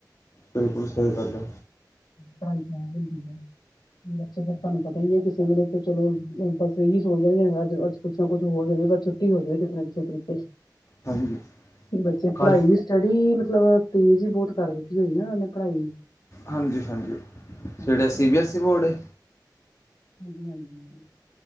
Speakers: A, on the left; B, on the left.
A: ਬਿਲਕੁੱਲ, ਸਹੀ ਗੱਲ ਐ।
B: ਪੜ੍ਹਾਈ ਖ਼ਰਾਬ ਹੁੰਦੀ ਆ। ਬੱਚੇ ਫਿਰ ਤੁਹਾਨੂੰ ਪਤਾ ਹੀ ਏ, ਕਿਸੇ ਵੇਲੇ ਤੇ ਚਲੋ, ਬੱਸ ਇਹੀ ਸੋਚਦੇ ਅੱਜ ਕੁੱਛ ਨਾ ਕੁੱਛ ਹੋ ਜਾਵੇ, ਬੱਸ ਛੁੱਟੀ ਹੋ ਜਵੇ ਕਿਸੇ ਨਾ ਕਿਸੇ ਤਰੀਕੇ।
A: ਹਾਂਜੀ
B: ਬੱਚੇ
A: ਕੱਲ
B: ਪੜ੍ਹਾਈ ਸਟੱਡੀ, ਮੱਤਲਬ, ਤੇਜ਼ ਹੀ ਬਹੁਤ ਕਰ ਦਿੱਤੀ ਹੋਈ ਨਾ ਉਹਨੇ ਪੜ੍ਹਾਈ।
A: ਹਾਂਜੀ-ਹਾਂਜੀ,
B: ਹਾਂਜੀ
A: ਸਵੇਰੇ ਸੀਬੀਐੱਸੀ ਬੋਰਡ ਏ?
B: ਹਾਂਜੀ-ਹਾਂਜੀ।